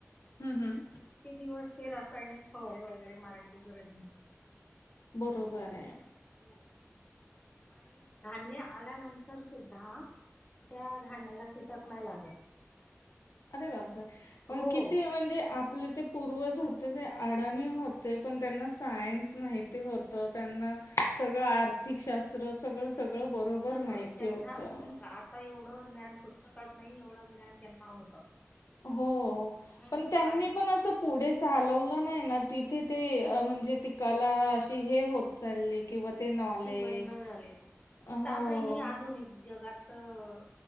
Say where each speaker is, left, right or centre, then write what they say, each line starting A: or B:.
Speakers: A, on the left; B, on the left.
A: हम्म हम्म.
B: म्हणजे किती दिवस ते रासायनिक फवारे वगैरे मारायची गरज नसते.
A: बरोबरे.
B: हो. आणि धान्य आल्यानंतर सुद्धा, त्या धान्याला कीटक नाही लागत.
A: अरे बापरे, पण
B: हो
A: किती म्हणजे आप आपले ते पूर्वज होते ते अडाणी होते, पण त्यांना सायन्स माहित होत त्यांना सगळं, आर्थिक शास्त्र सगळंच सगळं बरोबर
B: सगळं
A: माहिती
B: त्यांना
A: होतं.
B: हे बघा आता एवढं ज्ञान पुस्तकात नाही, एवढं ज्ञान त्यांना होतं.
A: हो
B: हम्म
A: पण त्यांनी
B: आणि
A: पण असं, पुढे चालवलं नाही ना, तिथे ते म्हणजे ती काला अशी हे होत, चालले, किंवा ते
B: हो
A: नॉलेज.
B: ती बंद झाली, मग
A: हो.
B: आता हे आधुनिक जगात तर